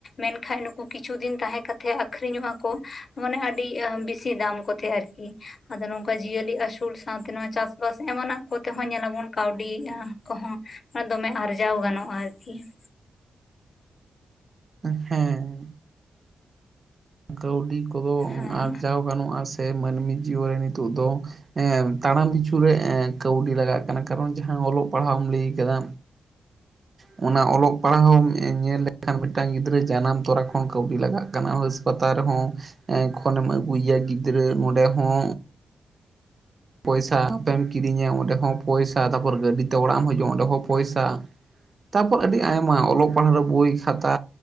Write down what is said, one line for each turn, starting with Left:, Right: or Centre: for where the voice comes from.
Left: ᱢᱮᱱᱠᱷᱟᱡ -ᱠᱩ ᱠᱤᱪᱷᱩ ᱫᱤᱱ ᱛᱟᱦᱮᱸ ᱠᱟᱛᱮᱫ ᱟᱠᱷᱨᱤᱧᱚᱜᱼᱟ ᱠᱚ ᱢᱟᱱᱮ ᱟᱹᱰᱤ ᱵᱮᱥᱤ ᱫᱟᱢ ᱠᱚᱛᱮ ᱟᱨᱠᱤ ᱾ ᱟᱫᱚ ᱱᱚᱝᱠᱟ ᱡᱤᱭᱟᱹᱞᱤ ᱟᱥᱩᱞ ᱥᱟᱶᱛᱮ ᱱᱚᱣᱟ ᱪᱟᱥ ᱵᱟᱥ ᱮᱢᱟᱱᱟᱜ ᱠᱚᱛᱮᱦᱚᱸ ᱧᱮᱞᱞᱟᱵᱚᱱ ᱠᱟᱹᱣᱰᱤ ᱠᱚᱦᱚᱸ ᱟᱨ ᱫᱚᱢᱮ ᱟᱨᱡᱟᱣ ᱜᱟᱱᱚᱜᱼᱟ ᱟᱨᱠᱤ ᱾
Right: ᱦᱮᱸᱻ ᱠᱟᱹᱣᱰᱤ ᱠᱚᱫᱚ
Left: ᱦᱮᱸ
Right: ᱟᱨᱡᱟᱣ ᱜᱟᱱᱚᱜᱼᱟ ᱥᱮ ᱢᱟᱹᱱᱢᱤ ᱡᱤᱭᱚᱱ ᱨᱮ ᱱᱤᱛᱚᱜ ᱫᱚ ᱛᱟᱲᱟᱢ ᱯᱤᱪᱷᱩ ᱨᱮ ᱠᱟᱹᱣᱰᱤ ᱞᱟᱜᱟᱜ ᱠᱟᱱᱟ ᱠᱟᱨᱚᱱ ᱡᱟᱦᱟᱸ ᱚᱞᱚᱜ ᱯᱟᱲᱦᱟᱣᱮᱢ ᱞᱟᱹᱭ ᱠᱟᱫᱟ <inaudible> ᱚᱱᱟ ᱚᱞᱚᱜ ᱯᱟᱲᱦᱟᱣ ᱧᱮᱞ ᱞᱮᱠᱷᱟᱱ ᱢᱤᱫᱴᱟᱝ ᱜᱤᱫᱽᱨᱟᱹ ᱡᱟᱱᱟᱢ ᱛᱚᱨᱟ ᱠᱷᱚᱱ ᱠᱟᱹᱣᱰᱤ ᱞᱟᱜᱟᱜ ᱠᱟᱱᱟ ᱦᱚᱥ ᱦᱟᱥᱯᱟᱛᱟᱞ ᱨᱮᱦᱚᱸ ᱮᱻ ᱠᱷᱚᱱᱮᱢ ᱟᱹᱜᱩᱭᱮᱭᱟ ᱜᱤᱫᱽᱨᱟᱹ ᱱᱚᱸᱰᱮ ᱦᱚᱸ ᱯᱚᱭᱥᱟ ᱟᱯᱮᱢ ᱠᱤᱨᱤᱧᱟ ᱚᱸᱰᱮ ᱦᱚᱸ ᱛᱟᱯᱚᱨ ᱛᱟᱯᱚᱨ ᱜᱟᱹᱰᱤ ᱛᱮ ᱚᱲᱟᱜ ᱮᱢ ᱦᱤᱡᱩᱜᱼᱟ ᱚᱸᱰᱮ ᱦᱚᱸ ᱯᱚᱭᱥᱟ ᱛᱟᱯᱚᱨ ᱟᱹᱰᱤ ᱟᱭᱢᱟ ᱚᱞᱚᱜ ᱯᱟᱲᱦᱟᱜ ᱨᱮ ᱵᱳᱭ ᱠᱷᱟᱛᱟ